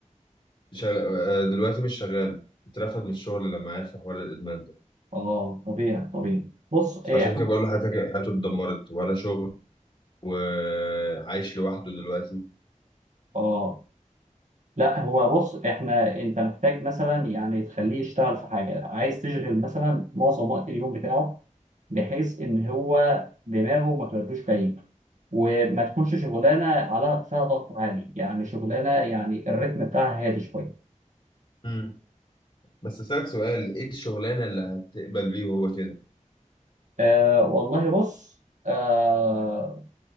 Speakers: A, on the left; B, on the right.
A: شغ... آه، دلوقتي مش شغال اترفد من الشغل لما عرف حوار الإدمان ده
B: اه طبيعي طبيعي بص إيه
A: عشان كده بقول له حياتك حياته اتدمرت ولا شغل وعايش لوحده دلوقتي
B: اه لا هو بص إحنا أنت محتاج مثلا يعني تخليه يشتغل في حاجة عايز تشغل مثلا معظم وقت اليوم بتاعه بحيث إن هو دماغه ما تودوش بعيد وما تكونش شغلانة على فيها ضغط عالي يعني شغلانة يعني الريتم بتاعها هادي شوية
A: مم. بس أسألك سؤال إيه الشغلانة اللي هتقبل بيه وهو كده؟
B: أه والله بص أه